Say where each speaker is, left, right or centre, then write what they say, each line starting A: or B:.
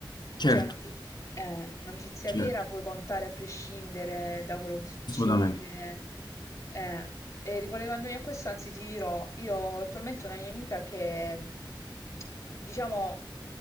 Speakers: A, on the left; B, on the left.
A: Certo,
B: Cioè, un'amici- eh, un'amicizia
A: certo,
B: vera puoi contare a prescindere da quello che succede.
A: assolutamente.
B: Eh, e ricollegandomi a questo, anzi, ti dirò, io ho attualmente una mia amica che, diciamo,